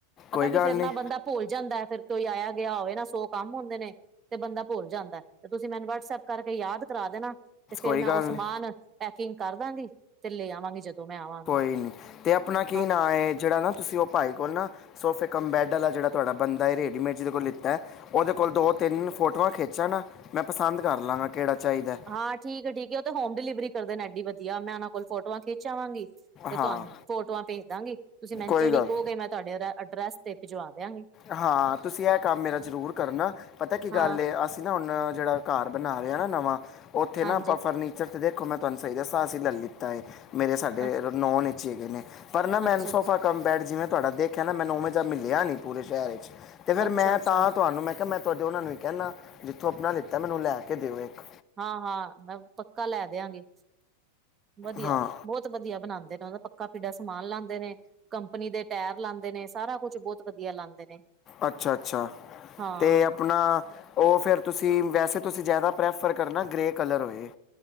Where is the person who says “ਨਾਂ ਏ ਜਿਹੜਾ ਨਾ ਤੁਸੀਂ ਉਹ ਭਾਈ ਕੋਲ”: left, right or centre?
Left